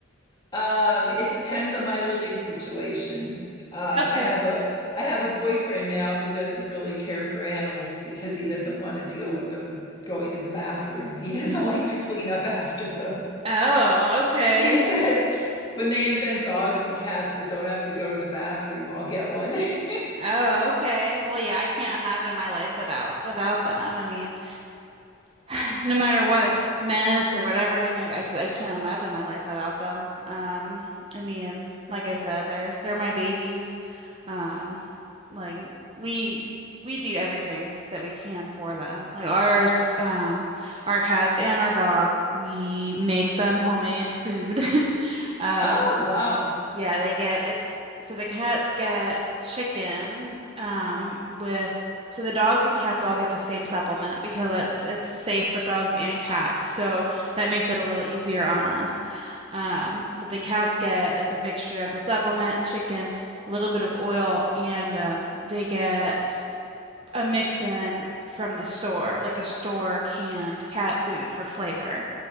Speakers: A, on the left; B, on the right.
A: Um, it depends on my living situation. Uh,
B: Okay.
A: I have a I have a boyfriend now who doesn't really care for animals because he doesn't want to deal with them going to the bathroom. He <laughs> doesn't like to clean up after them.
B: Oh, okay.
A: He says when they invent dogs and cats that don't have to go to the bathroom, I'll get one. <laughs>
B: Oh, okay. Well, yeah, I can't imagine my life without without them. I mean, <sighs> No matter what mess or whatever they make, I just I can't imagine my life without them. Um, I mean, like I said, they're they're my babies. Um, like we we do everything that we can for them. Like ours, um, our cats and our dog, we make them homemade food. <laughs> Um,
A: Oh, wow.
B: yeah, they get it's so the cats get chicken um with so the dogs and cats all get the same supplement because it's it's safe for dogs and cats. So that makes it a little easier on us. Um, but the cats get it's a mixture of the supplement, chicken, a little bit of oil, and um they get a mix in from the store, like a store canned cat food for flavor.